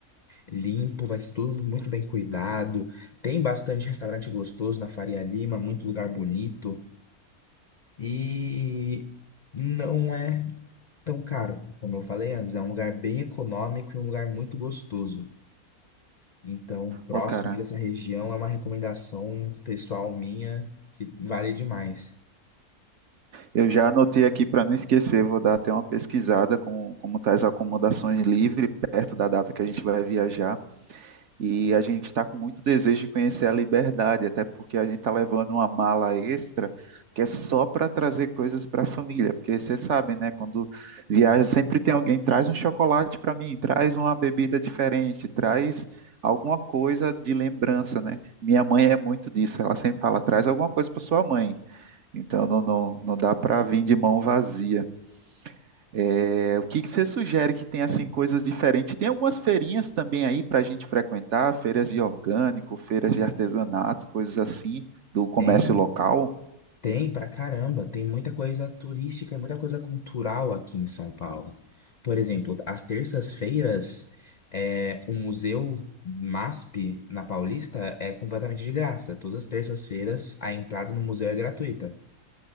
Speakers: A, on the left; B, on the right.
A: limpo, vai ser tudo muito bem cuidado. Tem bastante restaurante gostoso na Faria Lima, muito lugar bonito. E não é tão caro, como eu falei antes. É um lugar bem econômico e um lugar muito gostoso. Então, próximo
B: Ô, cara,
A: dessa região é uma recomendação pessoal minha que vale demais.
B: Eu já anotei aqui para não esquecer, vou dar até uma pesquisada com como tá as acomodações livre perto da data que a gente vai viajar. E a gente está com muito desejo de conhecer a Liberdade, até porque a gente está levando uma mala extra que é só para trazer coisas para a família, porque vocês sabem, né? Quando viaja sempre tem alguém traz um chocolate para mim, traz uma bebida diferente, traz alguma coisa de lembrança, né? Minha mãe é muito disso, ela sempre fala, traz alguma coisa para sua mãe. Então não, não, não dá para vir de mão vazia. É, o que que você sugere que tem assim coisas diferentes? Tem algumas feirinhas também aí para a gente frequentar, feiras de orgânico, feiras de artesanato, coisas assim do comércio
A: Tem,
B: local.
A: tem pra caramba, tem muita coisa turística, muita coisa cultural aqui em São Paulo. Por exemplo, às terças-feiras, é, o Museu MASP na Paulista é completamente de graça. Todas as terças-feiras, a entrada no museu é gratuita.